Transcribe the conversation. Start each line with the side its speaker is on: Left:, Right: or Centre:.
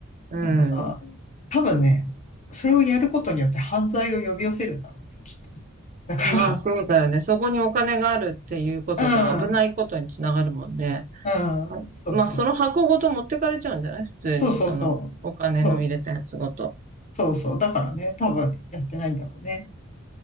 Right: うん。
Left: なんかさ、多分ね、それをやることによって犯罪を呼び寄せるんだろうね、きっとね。だから、
Right: まあ、そうだよね。そこにお金があるっていうことが危ないことにつながるもんね。
Left: うん。うん、そうそう。
Right: まあ、その箱ごと持ってかれちゃうんじゃない普通に、
Left: そうそうそう。
Right: そのお金の入れたやつごと。
Left: そう、そうそう。だからね、多分やってないんだろうね。